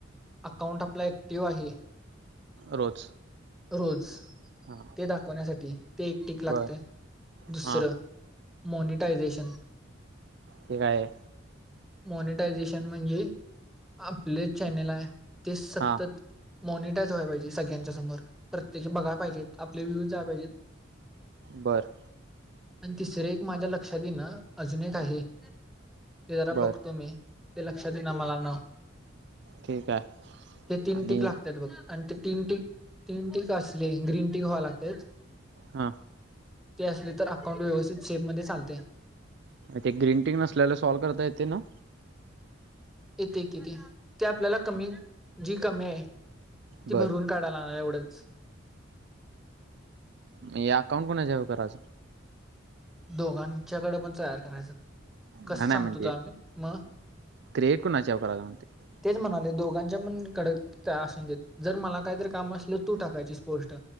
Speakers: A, in the centre; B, on the right (about 55°).
A: अकाउंट आपला ऍक्टिव्ह आहे
B: रोज
A: रोज
B: हा
A: ते दाखवण्यासाठी ते एक टीक लागते,
B: बर
A: दुसरं
B: हा
A: मॉनिटायझेशन
B: हे कायआहे?
A: मॉनिटायझेशन म्हणजे आपले चॅनेल आह,. ते सतत
B: हा
A: मॉनिटायज व्हाय पाहिजे सगळ्यांच्या समोर प्रत्येकी बघाला पाहिजेत, आपले व्ह्यूज जायला पाहिजेत
B: बरं
A: आणि तिसरे एक माझ्या लक्षात येई ना अजून एक आहे ते जरा
B: बर
A: बघतो मी, ते लक्षात येइना मला नाव
B: ठीक आहे
A: ते तीन
B: आणि
A: टिक लागतात बघ आणि ते तीन टीक, तीन टीक, असली ग्रीन टीक व्हाय लागत
B: हा!
A: ते असले तर अकाउंट व्यवस्थित सेफ मध्ये चालतय
B: ते ग्रीन टीक नसल्याला सॉल्व करता येते ना
A: येथे किती ते आपल्याला कमी जी कमी आहे. ती
B: बर
A: भरून काढाला ना एवढंच
B: हे अकाउंट कोणाच्याव करायचं?
A: दोघांच्याकड पण तयार करायचं कस
B: नाही नाही
A: सांगतो
B: म्हणजे
A: तो आम्ही, म
B: क्रिएट कोणाच्या हेव करायचं म्हणते
A: तेच म्हणाले दोघ ज्यांच्या पण कड त्या असून देत जर मला काहीतरी काम असलं तू टाकायची स्पोष्ट